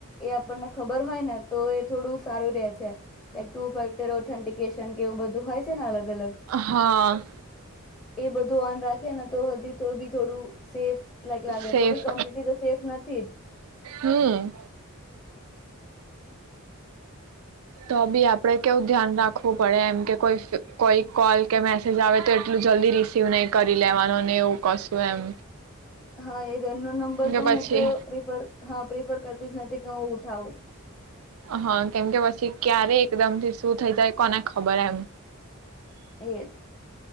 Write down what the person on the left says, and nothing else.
એ આપણને ખબર હોય ને તો એ થોડું સારું રેહ છે. લાઈક ટુ ફેક્ટર ઓથેન્ટિકેશન કે એવું બધું હોય છે. છે ને અલગ. અલગ
એ બધું ઓન રાખીયે ને તો હજી તો બી થોડું સેફ લાઈક લાગે
તો બી કોમ્પિટેબલ તો સેફ નથી જ.
હા એ ઘરનો નંબર
તો
હું તો પ્રિફર હા પ્રિફર કરતી જ નથી કે હું ઉઠાવું.
એદ.